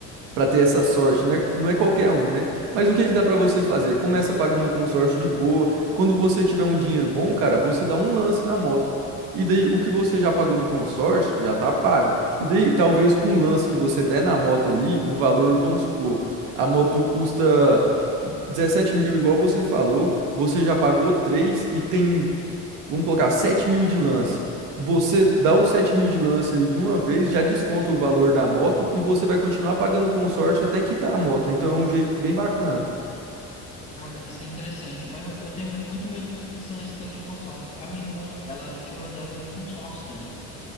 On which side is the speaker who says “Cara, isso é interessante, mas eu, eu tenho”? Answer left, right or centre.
Left